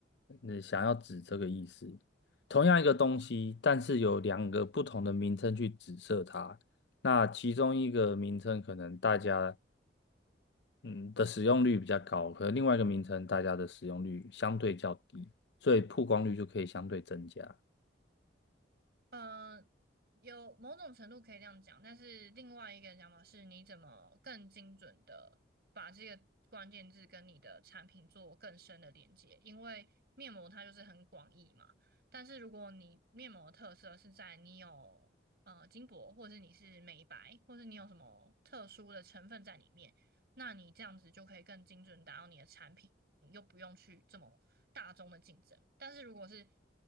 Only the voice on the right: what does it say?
嗯，有某种程度可以这样讲，但是另外一个讲法是，你怎么更精准的把这个关键字跟你的产品做更深的连接？因为面膜它就是很广义嘛，但是如果你面膜的特色是在你有呃金箔，或是你是美白，或是你有什么特殊的成分在里面，那你这样子就可以更精准地达到你的产品。又不用去这么大众的竞争。但是如果是